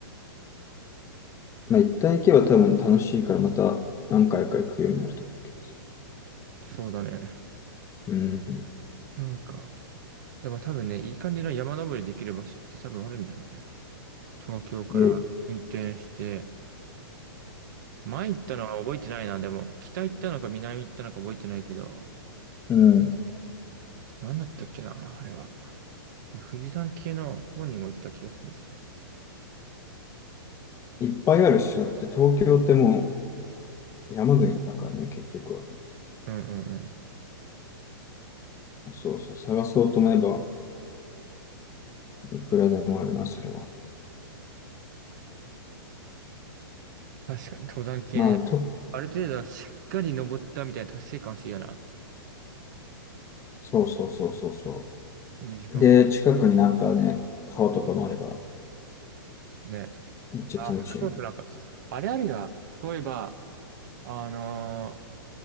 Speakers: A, on the left (about 20°); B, on the right (about 50°).
A: まあ、一旦行けば多分楽しいから、また何回か行くようになると思うけど。
B: そうだね。
A: うん。
B: なんか、でも多分ね、いい感じの山登りできる場所って多分あるんだよね。東京から運転して、
A: いや、い
B: 前行ったのは覚えてないな、でも、北行ったのか南行ったのか覚えてないけど、
A: うん。
B: なんだったっけな、あれは。で、富士山系の方にも行った気がするんですね。
A: いっぱいあるし、だって東京ってもう山国だからね、結局は。
B: うんうんうん。
A: そうそう、探そうと思えば、いくらでもあるな、それは。
B: 確かに登山系ね。
A: まあ、と、
B: ある程度しっかり登ったみたいな達成感欲しいよな。
A: そうそうそうそうそ
B: 2時間か。
A: う。で、近くになんかね、川とかもあれば、
B: ね。
A: めっちゃ気持ちいいね。
B: あ、それこそなんか、あれあるが、そういえば、あのー